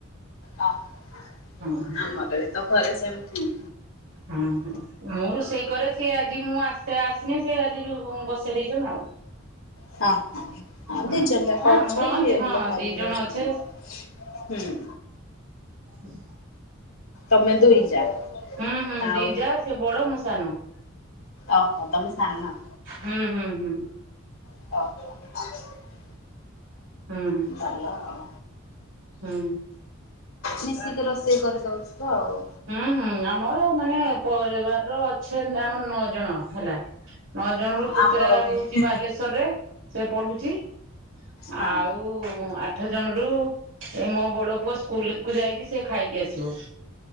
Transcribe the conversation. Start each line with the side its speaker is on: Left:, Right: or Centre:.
Left: ହଁ
Right: ହୁଁ ହୁଁ
Left: ଆମର ତ ଘରେ ସେମତି।
Right: ହୁଁ ହଁ ମୁଁ ରୋଷେଇ କରେ ସିଏ ଆଜି ମୁଁ ଆସେ ଆସିନି ସେ ଆଜି ବସେଇ ଦେଇଛନ୍ତି ଆଉ।
Left: ହଁ ହଁ। ହଁ
Right: ହୁଁ
Left: ଦି ଜଣ ଯାକ
Right: ଆମ
Left: ଅଛ
Right: ହଁ
Left: ଜିଏ
Right: ଦି ହଁ
Left: ହେଲେ କରି
Right: ଦି
Left: ଦଉଛନ୍ତି
Right: ଜଣ ଅଛେ
Left: ହୁଁ।
Right: ହୁଁ।
Left: ତମେ ଦୁଇ ଯା?
Right: ହୁଁ ହୁଁ
Left: ଆଉ
Right: ଦିଜା ସେ ବଡ ମୁଁ ସାନ।
Left: ଓହୋ ତମେ ସାନ।
Right: ହୁଁ ହୁଁ ହୁଁ।
Left: <unintelligible>
Right: ହୁଁ।
Left: ଭଲ ଆଉ
Right: ହୁଁ।
Left: ମିଶିକି ରୋଷେଇ କରିଦଉଛୁ ଆଉ।
Right: ହୁଁ ହୁଁ ଆମର ମାନେ ପରିବାର ର ଅଛି ଆମର ନଅ ଜଣ ହେଲା। ନଅ ଜଣ
Left: ହଁ
Right: ରୁ ପୁତୁରା
Left: ଆମର ବି
Right: ରହୁଛି
Left: ହଁ।
Right: ବାଲେଶ୍ଵରରେ ସେ ପଢୁଛି।
Left: ହଁ
Right: ଆଉ ଆ ଆଠ ଜଣ ରୁ ମୋ ବଡ ପୁଅ ସ୍କୁଲ କୁ ଯାଇଛି ସେ ଖାଇକି ଆସିବ।